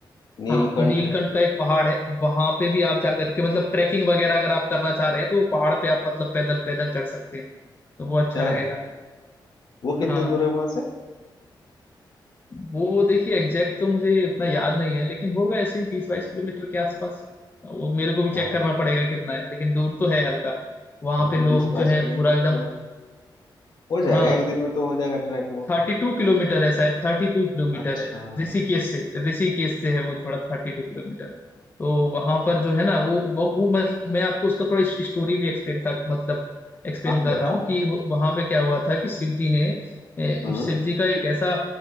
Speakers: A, on the left; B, on the left.
A: नीलकंठ
B: हाँ नीलकंठ का एक पहाड़ है वहां पे भी आप जाकर के मतलब ट्रैकिंग वगैरह अगर आप करना चाह रहे हैं तो वो पहाड़ पे आप मतलब पैदल पैदल चढ़ सकते हैं तो
A: अच्छा
B: वो अच्छा रहेगा
A: वो कितनी
B: हाँ हाँ,
A: दूर है वहां से
B: वो देखिए एग्जैक्ट तो मुझे उतना याद नहीं है लेकिन होगा ऐसे ही बीस बाईस किलोमीटर के आसपास वो मेरे को भी चेक
A: अच्छा
B: करना पड़ेगा कितना है लेकिन दूर तो है हल्का वहां
A: हाँ
B: पे
A: तो
B: लोग
A: बीस बाईस
B: जो है
A: किलोमीटर
B: पूरा एकदम
A: तो हो जाएगा
B: हाँ
A: एक दिन में तो हो जाएगा ट्रैक वो
B: थर्टी टू किलोमीटर है शायद थर्टी टू किलोमीटर
A: अच्छा
B: है
A: हाँ
B: ऋषिकेश से ऋषिकेश से है वो थोड़ा थर्टी टू किलोमीटर तो वहां पर जो है ना वो वो, वो मतलब मैं आपको उसका थोड़ा स्टोरी भी एक्सप्लेन कर मतलब एक्सप्लेन
A: हाँ
B: कर
A: बता
B: रहा हूँ कि वो- वहां पे क्या हुआ था कि शिव जी ने ए,
A: हम्म
B: शिव जी का एक ऐसा